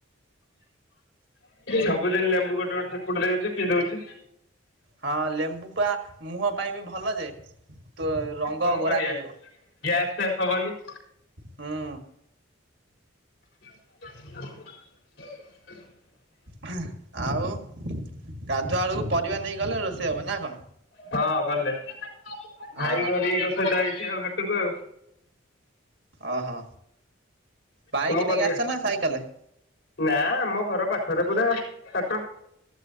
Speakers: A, on the left (about 70°); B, on the right (about 60°).
A: ସବୁଦିନ ଲେମ୍ବୁ ଗୋଟେ ଗଟେ ସେକୁଟ ଦଉଛି ପିଇ ଦଉଛି।
B: ହଁ ଲେମ୍ବୁ ପା ମୁହଁ ପାଇଁ ବି ଭଲ ଯେ ତୋ ରଙ୍ଗ
A: କଣ
B: ଗୋରା
A: କରିବା
B: କରିବ।
A: ଗ୍ୟାସ୍ ଫ୍ୟାସ୍ ହବନି
B: ହୁଁ
A: <unintelligible>
B: ହଁ। ଆଉ ଗାଧୁଆ ଆଳକୁ ପରିବା ନେଇ ଗଲେ ରୋଷେଇ ହବ ନା କଣ
A: ହଁ ଗଲେ ଭାଇ
B: ଅ
A: ଘରଙ୍କ ସହିତ ହେଇଛି ଆଉ ଏବେ
B: ଓହୋ। ବାଇକ
A: କଣ କରିବା।
B: ନେଇକି ଆସଛ ନା ସାଇକେଲ
A: ନା ଆମ ଘର ପାଖରେ ପୁରୁରା ସାତ